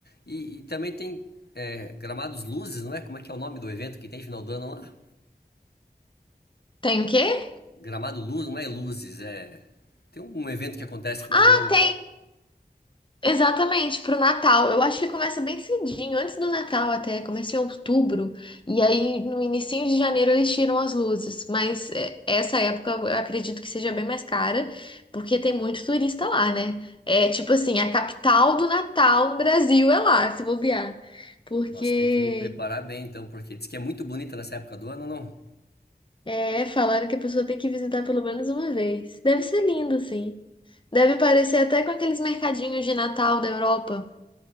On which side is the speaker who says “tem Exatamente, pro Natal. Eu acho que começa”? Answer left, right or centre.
Left